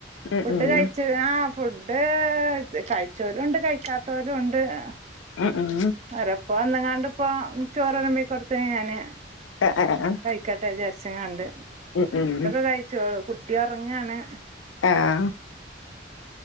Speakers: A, on the left; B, on the right.
A: ഉം
B: ഫുഡ്
A: ഉം
B: കഴിച്ചു ആഹ് ഫുഡ് കഴിച്ചോലുണ്ട് കഴിക്കാ ത്തോലുണ്ട് ആഹ്
A: ഉം ഉം
B: ഓരോ ഇപ്പ വന്ന്ങ്ങാണ്ടിപ്പോ ചോറ് വളമ്പി കൊടുത്ത് ഞാന്
A: ആഹ് ആഹ്
B: കഴി ക്കട്ടെ വിചാരിച്ച്ങ്ങാണ്ട്
A: ഉം ഉം ഉം
B: കഴിച്ചോളും കുട്ടി ഒറങ്ങാണ്
A: ആഹ്